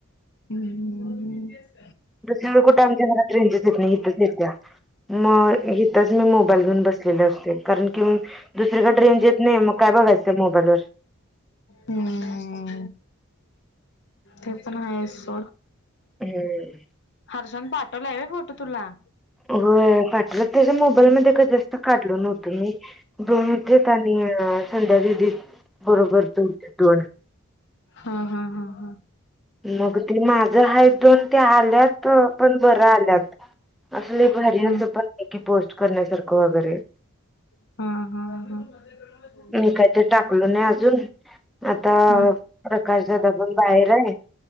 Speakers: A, on the left; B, in the centre.
A: हम्म्.
B: दुसरीकडे कुठेच आमच्या घरात रेंज येत नाही इथेच येत्या. मग इथच मी मोबाईल घून बसलेले असते कारण की. दुसरीकडे रेंज येत नाही मग काय बघायचं मोबाईल ववर
A: हम्म ते पण आहे स
B: हम्म.
A: हर्षन पाठवला आहे फोटो तुला
B: हो पाटलं त्याच्या मोबाईलमध्येध्ये कत काढल नव्हत दोनेतनी संध्यादी बरोबर त दोन
A: हा हा हा हा.
B: मग ते माझं ह दोन ते आल्यात पण बरं आल्यात. असले भर
A: हम्म
B: अस पण की पोस्ट करण्यासारखं वगैरे.
A: हम हम ह
B: मी काहीत टाकलो नाही अजून आता
A: हम्म
B: प्रकाशदादा पण बाहेर आहे